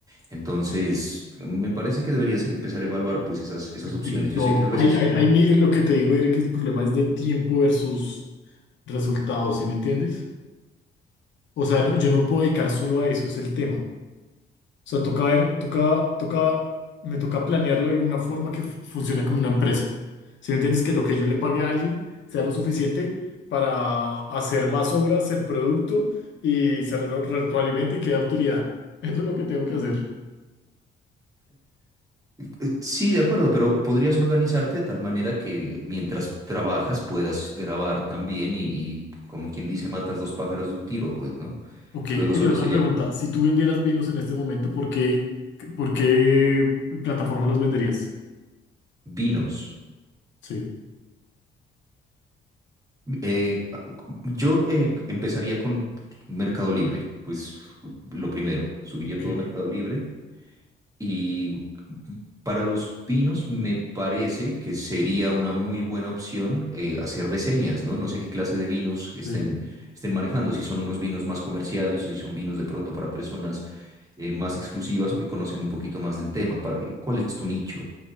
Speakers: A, on the right; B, on the left.
A: Entonces, me parece que deberías empezar a evaluar pues esas, esas opciones.
B: TikTok.
A: Yo sé que a veces...
B: Ahí, ahí-
A: mm,
B: ahí mi- lo que te digo, Eric, el problema es de tiempo versus resultados, ¿sí me entiendes? O sea, no- yo no me puedo dedicar solo a eso, es el tema. O sea, toca ver, toca, toca, me toca planearlo de alguna forma que fu- funcione como una empresa. Si me entiendes que lo que yo le pague a alguien sea lo suficiente para hacer más obras el producto y se re- retroalimente y quede utilidad. <laughs> Eso es lo que tengo que hacer.
A: eh, Sí, de acuerdo, pero podrías organizarte de tal manera que mientras trabajas puedas grabar también y, y como quien dice, matas dos pájaros de un tiro, pues, ¿no?
B: Ok,
A: Luego
B: oye,
A: solo
B: otra
A: sería
B: pregunta.
A: como
B: Si tú vendieras vinos en este momento, ¿por qué, por qué plataforma los venderías?
A: Vinos.
B: Sí,
A: Eh, yo eh, empezaría con Mercado Libre, pues lo primero, subiría
B: ok.
A: todo a Mercado Libre y para los vinos me parece que sería una muy buena opción eh, hacer reseñas, ¿no? No sé qué clase de vinos estén,
B: Sí.
A: estén manejando, si son unos vinos más comerciales o si son vinos de pronto para personas eh, más exclusivas o que conocen un poquito más del tema. Para- ¿cuál es tu nicho?